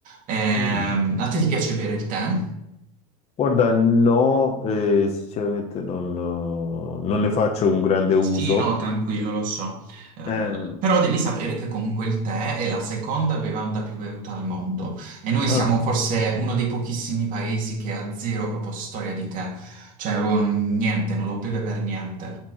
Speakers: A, on the right; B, on the left.
A: Ehm,
B: Mm.
A: a te ti piace bere il tè?
B: Guarda, no, eh, sinceramente non, eh, non ne faccio un grande uso.
A: Sì, no, tranquillo, lo so. Eh,
B: Eh,
A: però devi sapere che comunque il tè è la seconda bevanda più bevuta al mondo e noi
B: ah.
A: siamo forse uno dei pochissimi paesi che ha zero proprio storia di tè, cioè proprio niente, non lo beve per niente.